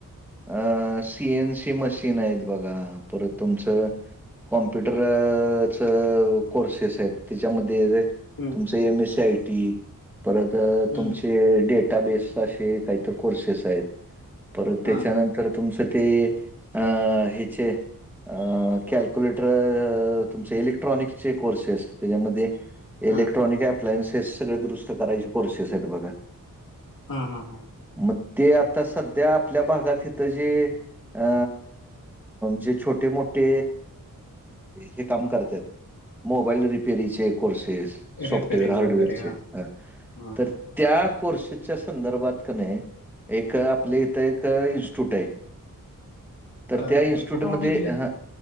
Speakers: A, in the centre; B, on the left.
A: अ सीएन सी मशीन आहेत बघा परत तुमचं कॉम्प्युटर च कोर्सेस आहेत त्याच्यामध्ये जे
B: हं
A: तुमच एम एसी आय टी परत
B: हं
A: तुमचे डेटा त्या बेस काही तसे कोर्सेस आहेत परत त्याच्यानंतर
B: हा हा हा
A: तुमच ते अ हेचे अ कॅल्क्युलेटर तुमचे इलेक्ट्रॉनिक्सचे कोर्सेस त्याच्यामध्ये
B: हा
A: इलेक्ट्रॉनिक
B: हा
A: अप्लायन्सेस सगळे दुरुस्त करायचे कोर्सेस आहेत बघा.
B: हा हा हां.
A: मग ते आता सध्या आपल्या भागात इथं जे अ जे छोटे मोठे हे काम करत्यात. मोबाईल रिपेरीचे कोर्सेस. सॉफ्टवेअर
B: रिपेरिंग
A: हार्डवेअरचे
B: वगैरे हा हा
A: तर
B: हा
A: त्या कोर्सस च्या संदर्भात कानिय एक आपल्या
B: हा
A: इथ एक इस्ट्यूट आहे. तर
B: अ
A: त्या इन्स्टिट्यूटमध्ये
B: कुठं निघलंय
A: हा